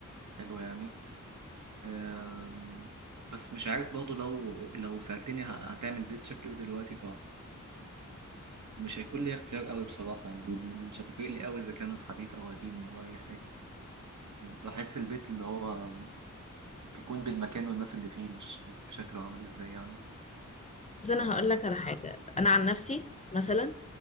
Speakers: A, on the right; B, on the left.
A: حلوة يعني آم، بس مش عارف برضو لو لو سألتني ه- هتعمل بيت شكله إيه دلوقتي مش هيكون لي اختيار قوي بصراحة يعني مش هتفرق لي قوي إذا كان حديث أو قديم أو أي حاجة بحس البيت اللي هو بيكون بالمكان والناس اللي فيه مش بشكله عامل إزاي يعني
B: بس انا
A: آه،
B: هقول لك على حاجة انا عن نفسي مثلا